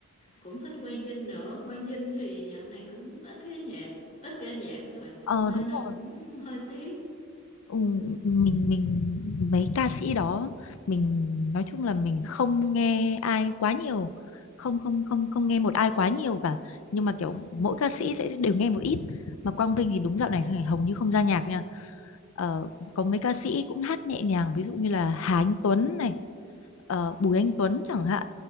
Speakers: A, on the left; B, on the left.
A: cũng thích Quang Dinh nữa Quang Dinh thì dạo này cũng ít ra nhạc ít ra nhạc rồi
B: Ờ
A: nên
B: đúng
A: là
B: rồi.
A: cũng hơi tiếc
B: Ừ, mình mình mấy ca sĩ đó mình nói chung là mình không nghe ai quá nhiều. Không không không không nghe một ai quá nhiều cả. Nhưng mà kiểu mỗi ca sĩ sẽ đều nghe một ít. Mà Quang Vinh thì đúng dạo này hầu như không ra nhạc nha. Ờ, có mấy ca sĩ cũng hát nhẹ nhàng ví dụ như là Hà Anh Tuấn này, ờ, Bùi Anh Tuấn chẳng hạn.